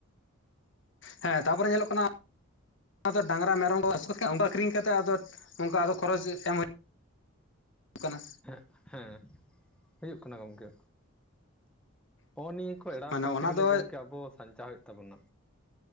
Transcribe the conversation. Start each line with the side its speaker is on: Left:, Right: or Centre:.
Left: ᱦᱮᱸ ᱛᱟᱨᱯᱚᱨᱮ ᱧᱮᱞᱚᱜ ᱠᱟᱱᱟ ᱫᱚ ᱰᱟᱝᱨᱟ ᱢᱮᱨᱚᱢ ᱠᱚ ᱟᱹᱥᱩᱞ ᱟᱹᱠᱷᱨᱤᱧ ᱠᱟᱛᱮ ᱟᱫᱚ ᱚᱱᱠᱟ ᱟᱫᱚ ᱠᱷᱚᱨᱚᱪ ᱮᱢ ᱦᱩᱭᱩᱜᱼᱟ ᱠᱟᱱᱟ
Centre: ᱦᱮᱸ ᱦᱮᱸ ᱦᱩᱭᱩᱜ ᱠᱟᱱᱟ ᱜᱚᱝᱠᱮ ᱦᱚᱸ ᱱᱤᱭᱟᱹ ᱠᱚ ᱮᱲᱟᱣ
Left: ᱢᱟᱱᱮ
Centre: ᱠᱚᱨᱛᱮ
Left: ᱚᱱᱟ
Centre: ᱜᱮᱞᱮ
Left: ᱫᱚ
Centre: ᱜᱚᱢᱠᱮ ᱟᱵᱚ ᱥᱟᱧᱪᱟᱣ ᱦᱩᱭᱩᱜ ᱛᱟᱵᱚᱱᱟ᱾